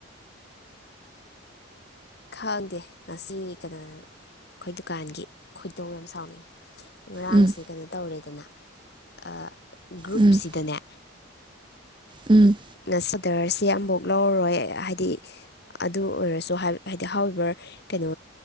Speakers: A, on the left (about 50°); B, on the right (about 25°).
A: ꯈꯪꯗꯦ ꯉꯁꯤ ꯀꯩꯅꯣ ꯑꯩꯈꯣꯏ ꯗꯨꯀꯥꯟꯒꯤ ꯈꯣꯏꯗꯧ ꯌꯥꯝ ꯁꯥꯎꯅꯤꯡ ꯉꯔꯥꯡꯁꯦ
B: ꯎꯝ
A: ꯀꯩꯅꯣ ꯇꯧꯔꯦꯗꯅ ꯑꯥ ꯒ꯭ꯔꯨꯞꯁꯤꯗꯅꯦ
B: ꯎꯝ ꯎꯝ
A: ꯑꯣꯗꯔꯁꯦ ꯑꯃꯐꯛ ꯂꯧꯔꯔꯣꯏ ꯍꯥꯏꯗꯤ ꯑꯗꯨ ꯑꯣꯏꯔꯁꯨ ꯍꯥꯏꯗꯤ ꯍꯥꯎꯋꯕꯔ ꯀꯩꯅꯣ